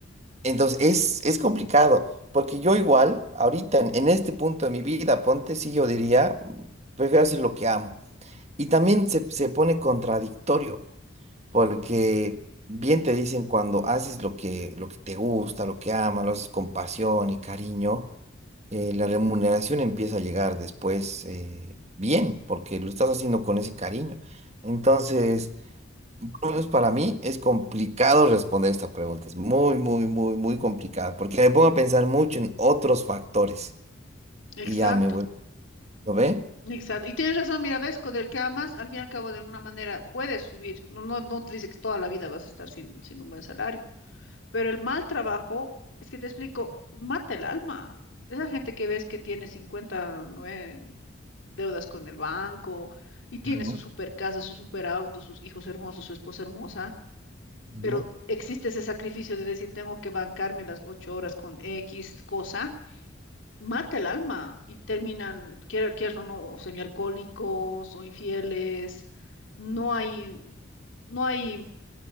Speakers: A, on the right; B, on the left.
A: Entonces, es, es complicado, porque yo igual, ahorita, en, en este punto de mi vida, ponte, sí, yo diría, mm, prefiero hacer lo que amo. Y también se, se pone contradictorio, porque bien te dicen cuando haces lo que, lo que te gusta, lo que amas, lo haces con pasión y cariño, eh, la remuneración empieza a llegar después eh, bien, porque lo estás haciendo con ese cariño. Entonces... Por lo menos para mí es complicado responder esta pregunta. Es muy, muy, muy, muy complicada porque me pongo a pensar mucho en otros factores
B: Exacto,
A: y ya me vuelvo. ¿Lo ve?
B: exacto. Y tienes razón, mira, ves, con el que amas, al fin y al cabo, de alguna manera puedes subir. No, no, no te dice que toda la vida vas a estar sin, sin un buen salario. Pero el mal trabajo, es que te explico, mata el alma. Esa gente que ves que tiene cincuenta nue- deudas con el banco y tiene
A: Ujú.
B: su super casa, su super auto, sus hijos hermosos, su esposa hermosa,
A: Ujú.
B: pero existe ese sacrificio de decir, tengo que bancarme las ocho horas con X cosa mata el alma y terminan, quiera, quieran o no, semialcohólicos o infieles. No hay, no hay,